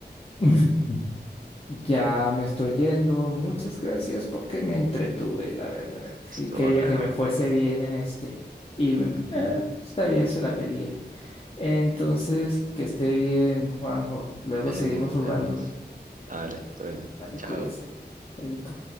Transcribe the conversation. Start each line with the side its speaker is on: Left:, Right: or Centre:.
Left: <laughs> Ya me estoy yendo. Muchas gracias porque me entretuve, la verdad.
Right: Estuvo
Left: Y quería
Right: bacano.
Left: que me fuese bien en este. Y mm,
Right: Ujú.
Left: eh, está bien, se la peleé. Entonces, que esté bien, Juanjo. Luego
Right: Vemos,
Left: seguimos
Right: vemos.
Left: jugando.
Right: Dale, todo bien.
Left: Dale,
Right: Chao.
Left: cuídese. Chaito.